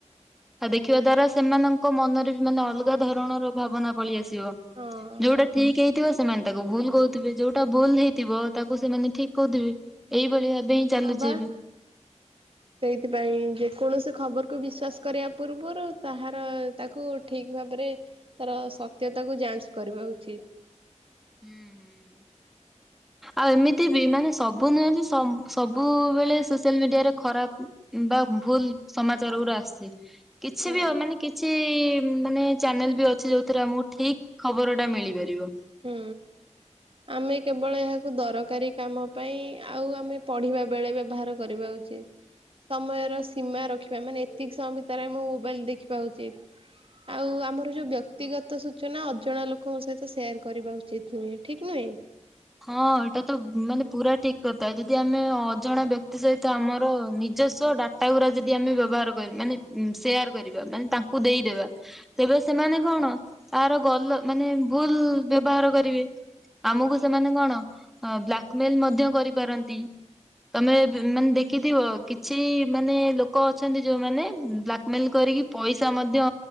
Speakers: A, in the centre; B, on the right.
A: ଆ ଦେଖିବା ଦ୍ଵାରା ସେମାନଙ୍କ ମନରେ ବି ମାନେ ଅଲଗା ଧାରଣର ଭାବନା ପଳେଇଆସ ଜିବ
B: ହଁ
A: ଯୋଉଟା ଠିକ ହେଇଥିବ। ସେମାନେ ତାକୁ ଭୁଲ କହୁଥିବେ ଯୋଉଟା ଭୁଲ ହେଇଥିବ ତାକୁ ସେମାନେ ଠିକ କହୁଥିବେ ଏଇଭଳି ଭାବେ ହିଁ ଚାଲୁଛି
B: ହଁ ପା।
A: <inaudible>
B: ସେଇଥିପାଇଁ ଯେକୌଣସି ଖବରକୁୁ ବିଶ୍ଵାସ କରିବା ପୂର୍ବରୁ ତାହାର ତାକୁ ଠିକ୍ ଭାବରେ ତାର ସତ୍ୟତାକୁ ଯାଞ୍ଚ କରିବା ଉଚିତ୍।
A: ହୁଁ ହୁଁ। ଆଉ ଏମିତି ବି ମାନେ ସବୁ ନୁହଁନ୍ତି ସବୁବେଳେ ସୋସିଆଲ ମିଡିଆରେ ଖରାପ ବା ଭୁଲ ସମାଚାର ଗୁରା ଆସିଛି କିଛି
B: ହଁ
A: ବି ଅ ମାନେ କିଛି ମାନେ ଚ୍ୟାନେଲ ବି ଅଛି ଯୋଉଥିରେ ଆମକୁ ଠିକ ଖବର ଟା ମିଳିପାରିବ।
B: ହୁଁ।
A: <inaudible>
B: ଆମେ କେବଳ ଏହାକୁ ଦରକାରୀ କାମ ପାଇଁ ଆଉ ଆମେ ପଢ଼ିବା ବେଳେ ବ୍ୟବହାର କରିବା ଉଚିତ୍। ସମୟର ସୀମା ରଖିବା ମାନେ ଏତିକି ସମୟ ଭିତରେ ମୁଁ ମୋବାଇଲ୍ ଦେଖିବା ଉଚିତ। ଆଉ ଆମର ଯୋଉ ବ୍ୟକ୍ତିଗତ ସୂଚନା ଅଜଣା ଲୋକଙ୍କ ସହିତ ସେୟାର କରିବା ଉଚିତ୍ ନୁହେଁ ଠିକ୍ ନୁହେଁ?
A: ହଁ ଏଇଟା ତ ମାନେ ପୁରା ଠିକ କଥା ଯଦି ଆମେ ଅଜଣା ବ୍ୟକ୍ତି ସହିତ ଆମର ନିଜସ୍ୱ ଡା ଟା ଗୁରା ଯଦି ଆମେ ବ୍ୟବହାର କର ମାନେ ସେୟାର କରିବା ମାନେ ତାଙ୍କୁ ଦେଇଦେବା। ତେବେ ସେମାନେ କଣ ତାର ଗଲ ମାନେ ଭୁଲ ବ୍ୟବହାର କରିବେ।
B: ହଁ
A: ଆମକୁ ସେମାନେ କଣ ବ୍ଲାକ୍ମେଲ ମଧ୍ୟ କରିପାରନ୍ତି। ତମେ ମାନେ ଦେଖିଥିବ କିଛି ମାନେ ଲୋକ ଅଛନ୍ତି ଯୋଉମାନେ ବ୍ଲାକ୍ମେଲ କରିକି ପଇସା ମଧ୍ୟ